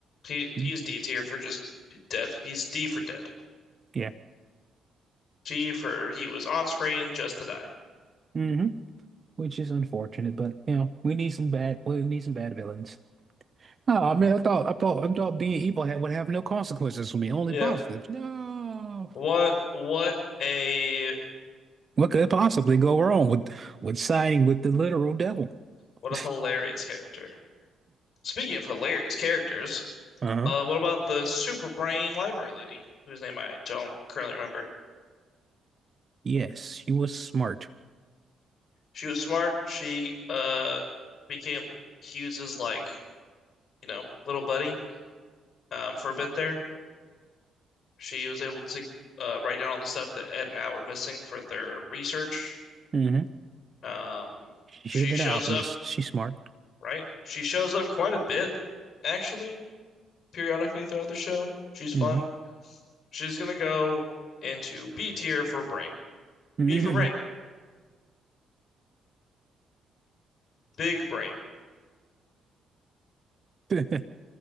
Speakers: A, on the left; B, on the right.
A: He
B: Ye-
A: he's D tier for just dead. He's D for dead.
B: Yeah.
A: G for he was on screen just to die.
B: Mm-hmm. Which is unfortunate, but you know, we need some bad. We need some bad villains. Oh, I mean, I thought I thought I thought being evil had, would have no consequences for me, only
A: Yeah.
B: positives. No.
A: What what a
B: What could possibly go wrong with with siding with the literal devil? <laughs>
A: what a hilarious character. Speaking of hilarious characters,
B: Uh-huh.
A: uh, what about the super brain library lady, whose name I don't currently remember?
B: Yes, you was smart.
A: She was smart. She uh became Hughes's like you know little buddy um, for a bit there. She was able to uh, write down all the stuff that Ed and Al were missing for their research.
B: Mm-hmm.
A: Um,
B: She
A: she
B: should have been
A: shows
B: an alchemist.
A: up,
B: She's smart.
A: right? She shows up quite a bit, actually, periodically throughout the show. She's fun.
B: hmm
A: She's gonna go into B tier for brain.
B: hmm
A: B for brain. Big brain.
B: <laughs>